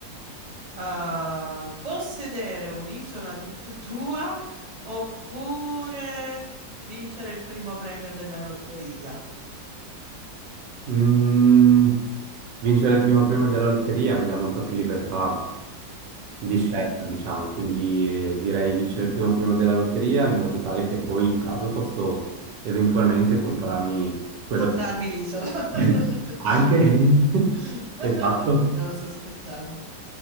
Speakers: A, on the right (about 25°); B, on the right (about 75°).
A: eh, possedere un'isola tutta <laughs> tua oppure vincere il primo premio della lotteria?
B: Mm, vincere il primo premio della lotteria mi dà molta più libertà. di
A: Mh-mh.
B: scelta, diciamo, quindi eh, direi vincere il primo primo della lotteria in modo tale che poi in caso posso eventualmente comprarmi quello
A: Comprarmi l'isola. <laughs>
B: che... <clears throat> Anche... <laughs> Esatto,
A: No, sto scherzando.